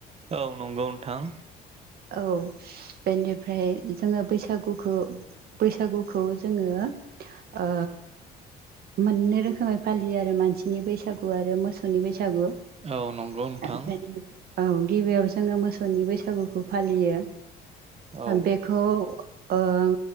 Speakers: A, on the right; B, on the right.
A: औ नंगौ नोंथां
B: औ बेनिफ्राय जोङो बैसागुखौ बैसागुखौ जोङो ओ मोननै रोखोमै फालियो आरो मानसिनि बैसागु आरो मोसौनि बैसागु
A: औ नंगौ नोंथां
B: सागु औ गिबियाव जोङो मोसौनि बैसागुखौ फालियो।
A: औ
B: बेखौ ओं